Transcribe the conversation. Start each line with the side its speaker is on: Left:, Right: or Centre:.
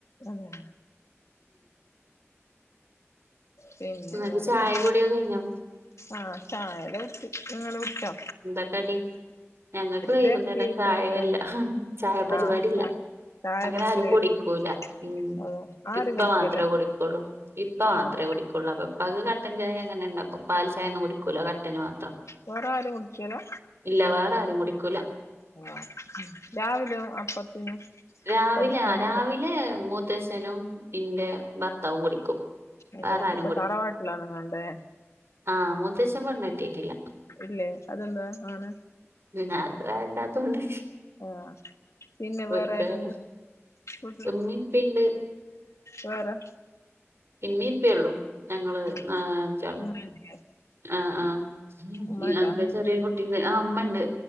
Left: അതെ പിന്നെ
Right: എന്നിട്ട്
Left: വേറെന്താ
Right: ചായ കുടിയൊക്കെ കഴിഞ്ഞോ
Left: ആഹ് ചായ എല്ലാം കുട്ച്ചി നിങ്ങള് കൂടിച്ചോ
Right: എന്താ കടി ഞങ്ങൾക്ക് വൈകുന്നേരം
Left: ബേക്കറി ഐറ്റംസ്
Right: ചായല്ല ചായ പരിപാടില്ല
Left: ആഹ് ചാ ചായ
Right: അങ്ങനെ
Left: കുടിക്കലേ
Right: ആരും കുടിക്കൂല
Left: ഇല്ല
Right: ഉം
Left: അതെ ആരും
Right: ഇപ്പ
Left: കുടിക്കല്ല
Right: മാത്രേ കുടിക്കുള്ളൂ ഇപ്പ മാത്രേ
Left: അതെ
Right: കുടി ഉള്ള പ്പൊ പ്പാക്ക് കട്ടൻ ചായ അങ്ങനെണ്ടാക്കും പാൽ ചായ ഒന്നും കുടിക്കൂലാ കട്ടന് മാത്രം
Left: വേറെ വേറെ കുടിക്കലാ
Right: ഇല്ല വേറെ ആരും കുടിക്കൂല
Left: ആ രാവിലെ അപ്പത്തിന്
Right: രാവിലെ
Left: കടിക്കന്നെ
Right: അ രാവിലെ മൂത്തച്ചനും ഇന്റെ ഭർത്താവും കുടിക്കും
Left: അതേ
Right: വേറെ ആരും
Left: ഇപ്പൊ തറവാട്ടിലാ നിങ്ങൾ ടെ
Right: ആഹ് മൂത്തച്ചൻ പെണ്ണ് കെട്ടിട്ടില്ല
Left: ഇല്ലേ അതെന്താ അങ്ങനെ
Right: <unintelligible> അത്ര വേണ്ടാത്തോണ്ട്
Left: ആഹ് പിന്നെ
Right: വെറുതെയാണ്
Left: വേറെ ആരുണ്ട് വിട്ട്ല്
Right: ഉമ്മി ഇപ്പിണ്ട്
Left: വേറെ
Right: ഇമ്മിം ഇപ്പിം ഉള്ളൂ ഞങ്ങള്
Left: ഉം
Right: നാ അഞ്ചാള്
Left: <unintelligible>
Right: ആഹ് ആഹ്
Left: ഉമ്മണ്ടാ
Right: ഇഅ ഇൻക്ക് ചെറിയെ കുട്ടിണ്ട് ആ ഉമ്മ ഉണ്ട്